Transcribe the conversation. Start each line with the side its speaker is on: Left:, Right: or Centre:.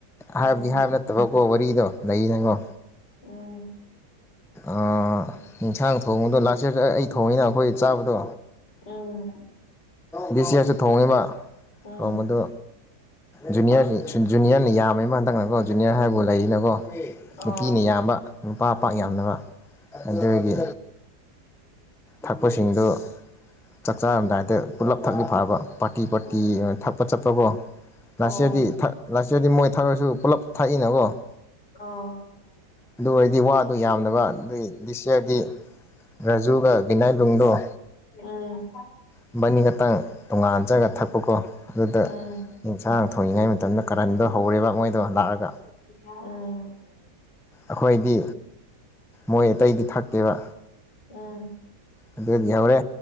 Left: ꯎꯝ
Centre: ꯍꯥꯏꯕꯗꯤ ꯍꯥꯏꯕ ꯅꯠꯇꯕꯀꯣ ꯋꯥꯔꯤꯗꯣ ꯂꯩꯅꯉꯣ
Left: ꯎꯝ
Centre: ꯑ ꯌꯦꯟꯁꯥꯡ ꯊꯣꯡꯗꯣ ꯂꯥꯁ ꯑꯩ ꯊꯣꯡꯉꯤꯅ ꯑꯩꯈꯣꯏ ꯆꯥꯕꯗꯣ
Left: ꯎꯝ
Centre: ꯕꯤ ꯁꯤꯌꯥꯁꯨ ꯊꯣꯡꯉꯤꯕ
Left: ꯎꯝ
Centre: ꯊꯣꯡꯕꯗꯣ ꯖꯨꯅꯤꯌꯔ ꯖꯨꯅꯤꯌꯔꯅ ꯌꯥꯝꯃꯦꯃ ꯍꯟꯇꯛꯅꯀꯣ ꯖꯨꯅꯤꯌꯔ ꯍꯥꯏꯕꯕꯨ ꯂꯩꯔꯤꯅꯀꯣ
Left: ꯑꯣ
Centre: ꯅꯨꯄꯤꯅ ꯌꯥꯝꯕ ꯅꯨꯄꯥ
Left: ꯎꯝ
Centre: ꯄꯥꯛ ꯌꯥꯝꯕ ꯑꯗꯨꯒꯤ
Left: ꯎꯝ
Centre: ꯊꯛꯄꯁꯤꯡꯗꯨ ꯆꯥꯛ ꯆꯥꯔꯝꯗꯥꯏꯗ ꯄꯨꯜꯂꯞ ꯊꯛꯂꯤ ꯐꯕ ꯄꯥꯇꯤ ꯄꯥꯇꯤ
Left: ꯎꯝ
Centre: ꯊꯥꯄꯠ ꯆꯠ ꯇꯕꯣ
Left: ꯑꯣ
Centre: ꯂꯁꯤꯌꯥꯗꯤ ꯂꯥꯁꯌꯥꯔꯗꯤ ꯃꯣꯏ ꯊꯥꯔꯁꯨ ꯄꯨꯂꯞ ꯊꯥꯛꯏꯅꯀꯣ
Left: ꯑꯣ
Centre: ꯑꯗꯨ ꯑꯣꯏꯔꯗꯤ ꯋꯥꯗꯨ ꯌꯥꯝꯗꯕ ꯑꯗꯨ ꯗꯤꯁꯌꯔꯗꯤ ꯔꯥꯖꯨꯒ ꯕꯤꯅꯥꯏꯕꯨꯡꯗꯣ
Left: ꯎꯝ ꯎꯝ
Centre: ꯕꯅꯤꯈꯛꯇꯪ ꯇꯣꯡꯉꯥꯟꯖꯔꯒ ꯊꯛꯄꯀꯣ ꯑꯗꯨꯗ
Left: ꯎꯝ
Centre: ꯑꯦꯟꯁꯥꯡ ꯊꯣꯡꯏꯉꯥꯏ ꯃꯇꯝ ꯃꯇꯝꯅ ꯀꯔꯟꯗꯣ ꯍꯧꯔꯦꯕ ꯃꯣꯏꯗꯣ ꯂꯥꯛꯑꯒ
Left: ꯎꯪ
Centre: ꯑꯩꯈꯣꯏꯗꯤ ꯃꯣꯏ ꯑꯇꯩꯗꯤ ꯊꯛꯇꯦꯕ
Left: ꯑꯝ
Centre: ꯑꯗꯨꯗꯤ ꯍꯧꯔꯦ